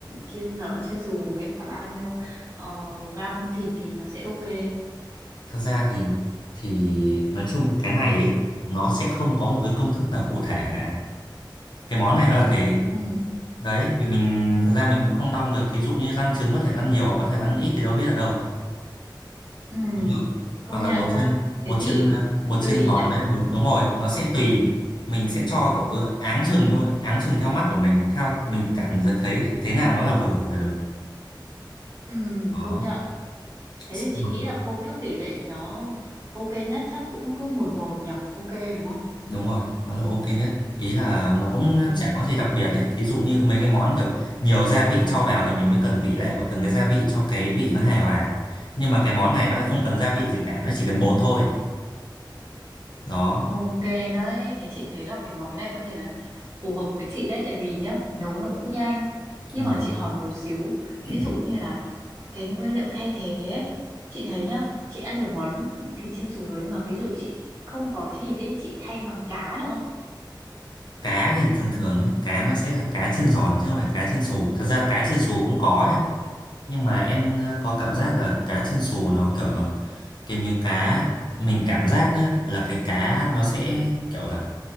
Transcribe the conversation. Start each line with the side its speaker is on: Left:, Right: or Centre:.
Right: trên giò trên xù với cả bao nhiêu ờ, gram thịt thì nó sẽ ok.
Left: Thật ra thì thì nói chung cái này ấy, nó sẽ không có một cái công thức nào cụ thể cả. Cái món này nó là thế.
Right: Ừ,
Left: Đấy, vì mình thật ra mình cũng không đong được. Thí dụ như lăn trứng có thể lăn nhiều có thể lăn ít thì đâu biết ở đâu.
Right: ừ,
Left: Đúng không?
Right: công
Left: Hoặc
Right: nhận
Left: là bột
Right: ha.
Left: chiên
Right: Thế
Left: bột
Right: thì
Left: chiên à, bột
Right: tùy
Left: chiên giòn
Right: nhở.
Left: với lại bột đúng rồi, nó sẽ tùy mình sẽ cho kiểu ựa- áng chừng thôi, áng chừng theo mắt của mình, theo mình cảm thấy thế nào nó là vừa là được.
Right: Ừ,
Left: Đó.
Right: công nhận. Thế
Left: Xong
Right: thì chị
Left: rồi.
Right: nghĩ là công thức tỷ lệ nó ok nhất chắc cũng cứ một một nhở. Ok đúng không?
Left: Đúng rồi, nó là ok nhất. Ý là nó cũng
Right: Ừ,
Left: chả có gì đặc biệt ấy. Thí dụ như mấy cái món kiểu nhiều gia vị cho vào thì mình mới cần tỷ lệ của từng cái gia vị cho cái vị nó hài hòa. Nhưng mà cái món này nó lại không cần gia vị gì cả, nó chỉ cần bột thôi. Đó,
Right: ok đấy. Thế chị thấy là cái món này có thể là phù hợp với chị đấy tại vì nhá nấu nó cũng nhanh nhưng
Left: đúng
Right: mà
Left: rồi.
Right: chị hỏi một xíu
Left: <clears throat>
Right: ví dụ như là cái nguyên liệu thay thế ấy, chị thấy nhá chị ăn được món thịt chiên xù rồi nhưng mà ví dụ chị không có thịt ấy chị thay bằng cá được không
Left: Cá thì thường thường nhé, cá nó sẽ là cá chiên giòn chứ không phải cá chiên xù. Thật ra cá chiên xù cũng có nhá. Nhưng mà em ờ, có cảm giác là cá chiên xù nó kiểu là cái miếng cá mình cảm giác nhá là cái cá nó sẽ kiểu là